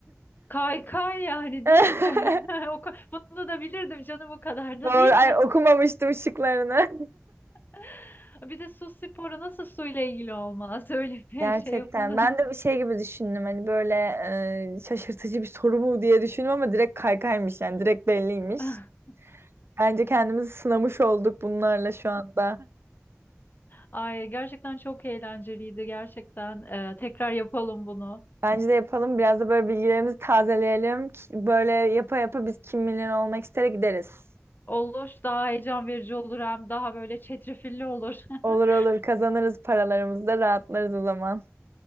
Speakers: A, on the left; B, on the right.
A: Kaykay yani
B: <laughs>
A: değil mi? <laughs> O ka- Bunu da bilirdim canım o kadar da
B: Doğru.
A: değil.
B: Ay okumamıştım şıklarını.
A: <laughs> Bir de su sporu nasıl suyla ilgili olmaz? <laughs> Öyle
B: <laughs>
A: bir
B: Gerçekten.
A: şey yapıldı.
B: Ben de bir şey gibi düşündüm. Hani böyle e, şaşırtıcı bir soru mu diye düşündüm ama direkt kaykaymış yani. Direkt belliymiş.
A: <laughs>
B: Bence kendimizi sınamış olduk bunlarla şu anda.
A: Ay gerçekten çok eğlenceliydi gerçekten. Ee, tekrar yapalım bunu.
B: Bence de yapalım. Biraz da böyle bilgilerimizi tazeleyelim. Ki- Böyle yapa yapa biz kim milyoner olmak istere gideriz.
A: Olur daha heyecan verici olur hem daha böyle çetrefilli olur.
B: Olur
A: <laughs>
B: olur kazanırız paralarımızı da rahatlarız o zaman.